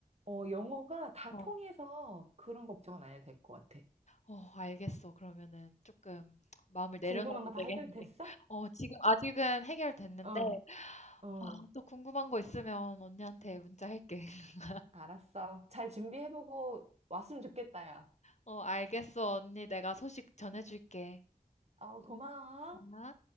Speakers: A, on the right; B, on the left.
A: 어, 영어가 다
B: 어,
A: 통해서 그런 걱정은 안 해도 될 것 같아.
B: 어, 알겠어. 그러면은 조금 마음을 내려놔도
A: 궁금한 거 다
B: 되겠네.
A: 해결됐어?
B: 어, 지금 아직은 해결됐는데
A: 어, 어.
B: 아, 또 궁금한 거 있으면 언니한테 문자할게. <laughs>
A: 알았어. 잘 준비해보고 왔으면 좋겠다, 야.
B: 어, 알겠어, 언니. 내가 소식 전해줄게.
A: 어, 고마워.
B: 아.